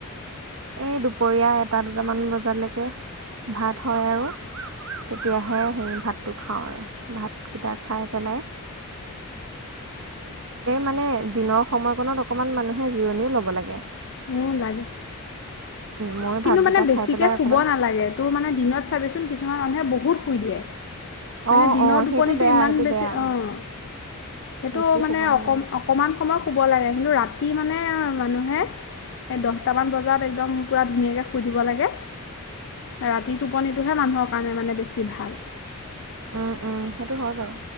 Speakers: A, on the right; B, on the left.
A: এই দুপৰীয়া এটা দুটামান বজালৈকে ভাত হয় আৰু তেতিয়াহে সেই ভাত ভাতটো খাওঁ আৰু ভাত, কেইটা খাই পেলাই মানে দিনৰ সময়কণত অকণমান মানুহে জিৰণিও ল'ব লাগে
B: অ লাগে
A: ময়ো
B: কিন্তু
A: ভাতকেইটা
B: মানে বেছিকৈ
A: খাই পেলাই
B: শুব
A: অকণমান
B: নালাগে তোৰ মানে দিনত চাবিচোন কিছুমান মানুহে বহুত শুই দিয়ে। মানে
A: অঁ
B: দিনৰ
A: অঁ
B: টোপনিটো
A: সেইটো বেয়া
B: ইমান
A: সেইটো
B: বেছি
A: বেয়া
B: অঁ সেইটো
A: বেছি
B: মানে
A: শুব নালাগে
B: অ অকণমান সময় শুব লাগে কিন্তু ৰা ৰাতি মানে মানুহে এই দহটামান বজাত একদম পূৰা ধুনীয়াকৈ শুই দিব লাগে ৰাতি টোপনিটোহে মানুহৰ কাৰণে মানে বেছি ভাল
A: উম উম সেইটো হয় বাৰু